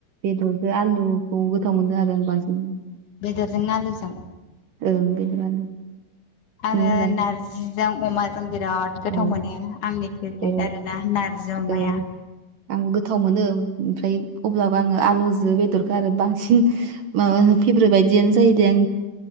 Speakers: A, on the right (about 60°); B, on the left (about 55°).
A: बेदरजों आलुखौ गोथाव मोनदों आरो बांसिन
B: बेदरजों नालोजों
A: ओं बेदर आलु
B: आङो
A: नोंलाय
B: नारजि जों अमाजों गो बिराद गोथाव
A: औ
B: मोनो आंनि फेभ्रेट
A: औ
B: आरो ना नारजि अमाया
A: औ आंबो गोथाव मोनो ओमफ्राय अब्लाबो आङो आलुजो बेदरखौ आरो बांसिन माब फेब्रेट बायदिनो जों जियो दे आं